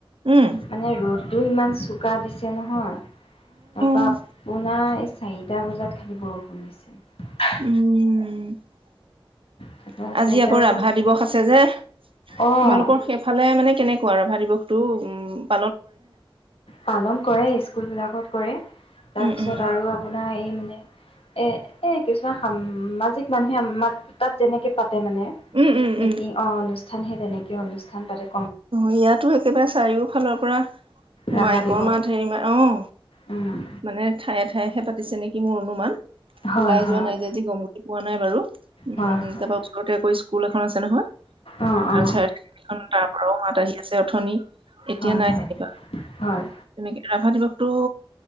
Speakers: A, on the right (about 70°); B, on the left (about 80°).
A: উম
B: মানে ৰ'দটো ইমান, চোকা দিছে নহয় তাৰাপৰা
A: অ
B: আপোনাৰ, চাৰিটা বজাত খালী বৰষুণ দিছে
A: উম
B: তাৰপা
A: আজি
B: চাৰিটা
A: আকৌ
B: বজাত
A: ৰাভা দিৱস আছে যে
B: অ'
A: তোমালোকৰ সেইফালে মানে কেনেকুৱা ৰাভা দিৱস তটো
B: পালন কৰে স্কুল বিলাকত কৰে তাৰ
A: উম
B: পিছত
A: উম
B: আৰু আপোনাৰ এই এ এ কিছুমান সামাজিক মানুহে আমাৰ তাত যেনেকে প মানে
A: উম উম
B: মিটিং
A: উম
B: অ অনুষ্ঠান সে তেনেকে কিয় অনুষ্ঠান পাৰে
A: ইয়াতো একেবাৰে চাৰিওফালৰ পৰা
B: ৰাভা
A: মাইকৰ
B: দিৱস
A: মাত হেৰি মা অ
B: উম
A: মানে ঠায়ে ঠায়েহে পা দিছে নেকি মোৰ অনুমান
B: হয়
A: ওলাই
B: হয়
A: যোৱা নাই যেদি গমগট পোৱা নাই বাৰু উম
B: হয় হয়
A: তাৰ পৰাা ওচৰতে আৈ স্কুল এখন আছে নহয়
B: অ অ
A: চখন তাৰ পৰাও মাত আহি আছে আছে অথনি এতিয়া
B: হয়
A: নাই
B: হয়
A: যেনিবা
B: হয়
A: তেনেকে হাভা দিৱসতটো